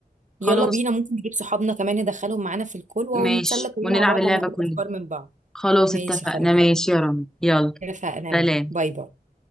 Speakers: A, in the centre; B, on the right (about 50°).
A: خلاص
B: يلا بينا ممكن نجيب صحابنا كمان ندخلهم معانا في الكل ونتسلى
A: ماشي
B: كلنا
A: ونلعب
B: مع بعض
A: اللعبه
B: وناخد
A: كلنا
B: افكار من بعض
A: خلاص
B: ماشي
A: اتفقنا
B: خلاص
A: ماشي يا رامي يلا
B: اتفقنا
A: سلام
B: باي باي